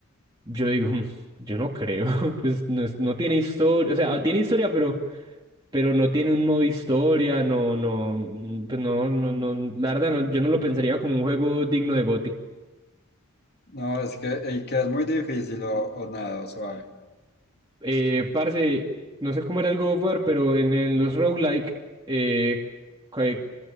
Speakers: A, on the right; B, on the left.
A: yo digo, "Mm, yo no creo, <laughs> pues no, es- no tiene historia, o sea, tiene historia, pero, pero no tiene un modo historia, no, no, mm, pues no, no, no, la verdad no, yo no lo pensaría como un juego digno de GOTY.
B: No, es que el que es muy difícil o, o nada, o suave.
A: Eh, parce, no sé cómo era el God of War, pero en, el- los roguelike, eh, que-